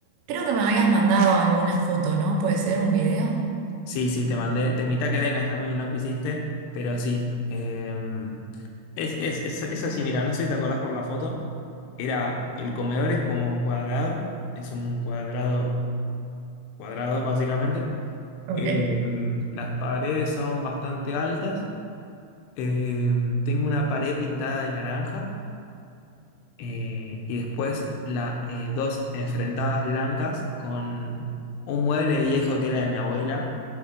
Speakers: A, on the right; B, on the left.
A: creo que me habías mandado alguna foto, ¿no? ¿Puede ser un video?
B: Sí, sí, te mandé, te invité a que vengas también y no quisiste, pero sí. eh, es, es, es, es así, mira, no sé si te acordás por la foto, era, el comedor es como cuadrado, es un cuadrado, cuadrado básicamente.
A: Ok.
B: Eh, las paredes son bastante altas Eh, tengo una pared pintada de naranja eh, y después la, eh, dos enfrentadas blancas con un mueble viejo que era de mi abuela.